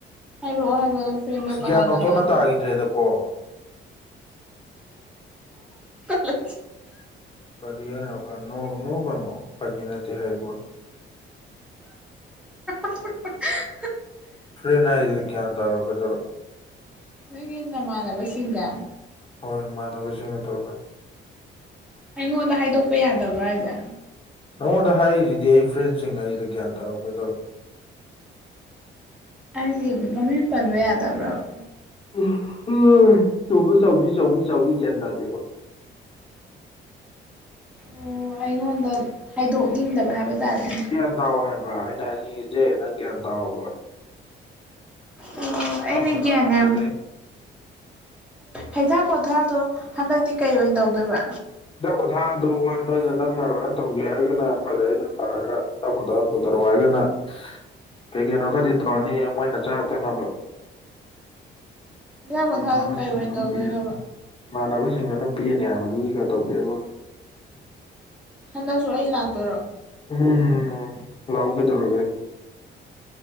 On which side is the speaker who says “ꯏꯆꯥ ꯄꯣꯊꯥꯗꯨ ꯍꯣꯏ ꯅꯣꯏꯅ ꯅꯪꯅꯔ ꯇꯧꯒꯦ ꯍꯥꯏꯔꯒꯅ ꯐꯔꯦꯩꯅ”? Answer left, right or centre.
Left